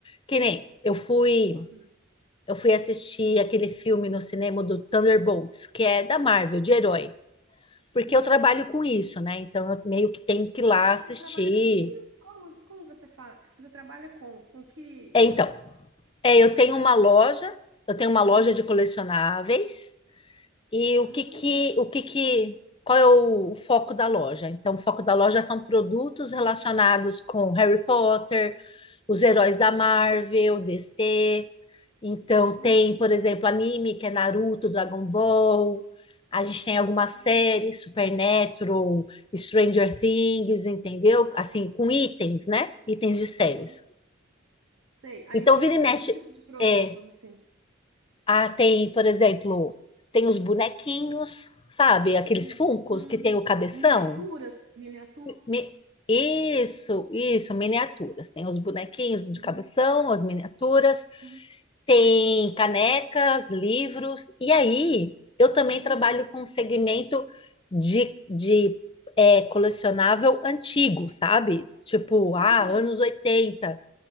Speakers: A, on the left; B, on the right.
A: Que nem eu
B: é.
A: fui,
B: Hum,
A: eu fui assistir aquele filme no cinema do Thunderbolts, que é da Marvel, de
B: hum,
A: herói. Porque
B: uhum.
A: eu trabalho com isso, né? Então eu meio que tenho que ir lá
B: Ah,
A: assistir.
B: você trabalha com isso? Como, como você faz? Você trabalha com, com que?
A: É, então, é, eu
B: Você
A: tenho
B: faz?
A: uma loja, eu tenho uma loja
B: Hum.
A: de colecionáveis. E
B: Olha.
A: o que que, o que que, qual é o, o foco da loja? Então, o foco da loja são produtos relacionados com Harry Potter, os heróis da
B: Hum,
A: Marvel, DC. Então,
B: hum,
A: tem, por exemplo, anime, que é Naruto, Dragon Ball. A gente tem algumas
B: hum,
A: séries, Supernatural, Stranger Things, entendeu? Assim, com itens,
B: hum,
A: né? Itens de séries.
B: uhum. Sei. Aí
A: Então,
B: você
A: vira
B: vende
A: e mexe.
B: que tipo de produtos,
A: é
B: assim?
A: ah, tem, por exemplo, tem os bonequinhos, sabe? Aqueles
B: Hum,
A: Funkos
B: hum.
A: que tem o cabeção.
B: Miniaturas? Miniatura?
A: Mi- Isso, isso, miniaturas. Tem os bonequinhos de
B: Uhum,
A: cabeção, as miniaturas,
B: uhum.
A: tem
B: Sei.
A: canecas, livros. E aí, eu também trabalho
B: Hum.
A: com segmento de, de é, colecionável antigo, sabe? Tipo,
B: Ah,
A: ah, anos 80.